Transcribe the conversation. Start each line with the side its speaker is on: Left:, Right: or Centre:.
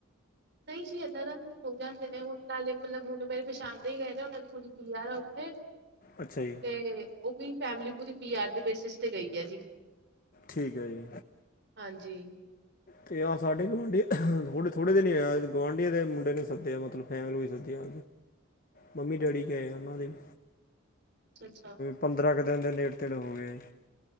Right: ਨਹੀਂ ਜੀ ਇਦਾਂ ਦਾ ਨ ਹੋ ਜਾਂਦੇ ਨੇ ਹੁਣ ਨਾਲੇ ਮਤਲਬ ਹੁਣ ਮੇਰੇ ਪਛਾਣਦੇ ਹੀ ਗਏ ਨੇ ਉਹਨਾਂ ਦੀ ਕੁੜੀ ਪੀ ਆਰ ਆ ਉੱਥੇ
Left: ਅੱਛਾ ਜੀ।
Right: ਤੇ ਉਹ ਵੀ ਫੈਮਿਲੀ ਪੂਰੀ ਪੀ ਆਰ ਦੀ ਬੇਸਿਸ ਤੇ ਗਈ ਆ ਜੀ।
Left: ਠੀਕ ਹੈ ਜੀ।
Right: ਹਾਂਜੀ।
Left: ਤੇ ਆਹ ਸਾਡੇ ਗੁਆਂਢੀ। ਥੋੜ੍ਹ ਥੋ੍ਹੇ ਦਿਨ ਨਹੀਂ ਹੋ ਆ ਗੁਆਂਢੀਆਂ ਦੇ ਮੁੰਡੇ ਸੱਦਿਆ ਮਤਲਬ ਫੈਮਲੀ ਵੀ ਸੱਦਿਆ। ਮੰਮੀ -ਡੈਡੀ ਗਏ ਉਹਨਾਂ ਦੇ ਵੀ।
Right: ਅੱਛਾ।
Left: ਪੰਦਰਾਂ ਕੁ ਦਿਨ ਦੇ ਨੇੜ ਤੇੜ ਹੋ ਗਏ ਜੀ।